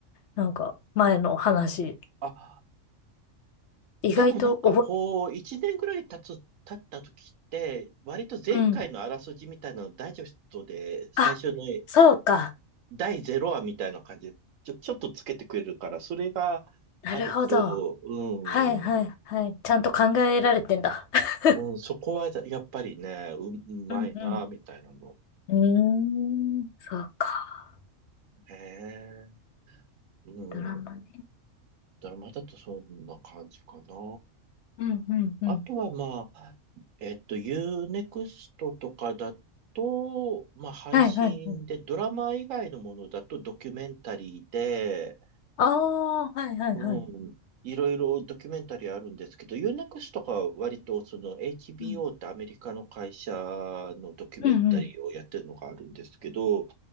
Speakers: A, on the left; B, on the right.
A: なんか前の話。
B: あ、
A: 意外と覚
B: でもなんかこう、一年ぐらい経つ、経った時って、割と前回のあらすじみたいなのダイジェストで最初の
A: え、うん。あ、そうか。
B: 第0話みたいな感じで、ちょ、ちょっとつけてくれるから、それがあると、
A: なるほど。
B: うん
A: はいはいはい。ちゃんと考えられてんだ。<laughs>
B: うん、そこはやっぱりね、う、うまいな、
A: うんう
B: みたいなの。
A: ん。うーん。そうか。
B: へえ。うん。
A: ドラマね。
B: ドラマだとそんな感じかな。
A: うんうんうん。
B: あとはまあ、えっと、Unext とかだと、まあ配信で、
A: はいはいはい。
B: ドラマ以外のものだとドキュメンタリーで、
A: ああ、はいはいはい。
B: うん。いろいろドキュメンタリーあるんですけど、Unext とかは割とその HBO
A: うん。
B: ってアメリカの会社のドキュメンタリーをやってるのがあるんですけど、
A: うんうん。